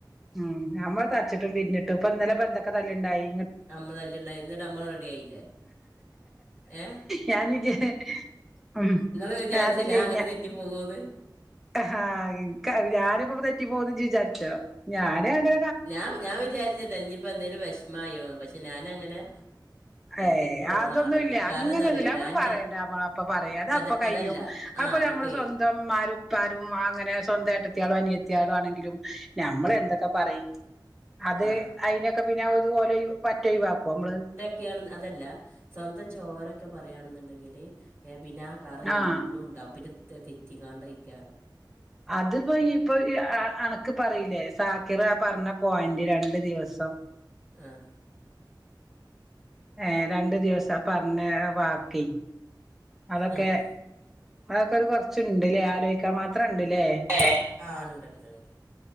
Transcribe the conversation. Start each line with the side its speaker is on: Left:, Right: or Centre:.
Centre: ഉം നമ്മള് തച്ചിട്ടും പിര്ന്നിട്ടും ഇപ്പൊ ഇന്നലെ ബന്ന്തൊക്കെ തല്ലുണ്ടായി്
Right: നമ്മള് അല്ലണ്ട ന്നട്ട് നമ്മള് റെഡി ആയില്ലേ ഏ
Centre: ഞാനിത് ഉം.
Right: നിങ്ങൾ വിചാരിച്ചില്ല
Centre: അതല്ലേ
Right: ഞാൻ അങ്ങനെ
Centre: ഞ
Right: തെറ്റിപ്പോകുമെന്ന്
Centre: ഹാ ഇൻക്ക, ഞാനിപ്പോ തെറ്റി പോവൂന്ന് ഇജ്ജ് വിചാരിച്ചോ? ഞാനങ്ങനെ
Right: ഞാൻ ഞാൻ വിചാരിച്ചത് ഇനിയിപ്പോ എന്തേലും വിഷമായോന്ന്. പക്ഷെ ഞാനങ്ങനെ
Centre: ഏഹ്
Right: തെറ്റി പോണ
Centre: അതൊന്നുല്ല,
Right: ആളല്ല കാരണം
Centre: അങ്ങനെയൊന്നുല്ല.
Right: എന്താ അറിയോ
Centre: അതമ്മള്
Right: ഞാൻ എൻ്റെ
Centre: പറയണ്ടെ അമ്മളപ്പ പറയും. അതപ്പ
Right: അത്
Centre: കയ്യും.
Right: അതല്ല
Centre: അതിപ്പോ
Right: ആ
Centre: ഞമ്മളെ
Right: ഒക്കെ ചെയ്യും
Centre: സ്വന്തം ഇമ്മാരും ഇപ്പാരും അങ്ങനെ സ്വന്തം ഏട്ടത്തിയാളും അനിയത്തിയാളും ആണെങ്കിലും ഞമ്മളെ എന്തൊക്കെ പറയും. അത്
Right: ആ
Centre: അയിനൊക്കെ പിന്നെ ഇത് പോലെ പറ്റെ ഒയിവാക്ക്വോ ഇമ്മള്?
Right: ക്കേണ് അതല്ല. സ്വന്തം ചോരൊക്കെ പറയാണെന്നുണ്ടെങ്കില് ഏഹ് പിന്നാ കറയെന്നുണ്ടാവും.
Centre: ആഹ്
Right: പിന്നെ തെറ്റിങ്ങാണ്ടയ്ക്കാറം.
Centre: അതിപ്പോ ഇപ്പൊ എന ക്ക് പറയില്ലേ സാക്കിറ ആ പറഞ്ഞ പോയിന്റ് രണ്ട് ദിവസം
Right: ആഹ്.
Centre: ഏഹ് രണ്ട് ദിവസം പറഞ്ഞ ബാക്കി അതൊക്കെ,
Right: ആഹ്
Centre: അതൊക്കെ ഒരു കൊറച്ച്ണ്ട്ല്ലേ, ആലോചിക്കാൻ മാത്രം ഇണ്ട്ല്ലേ?
Right: ഏഹ്? ആഹ് ഇണ്ട്ണ്ട് ഇണ്ട്.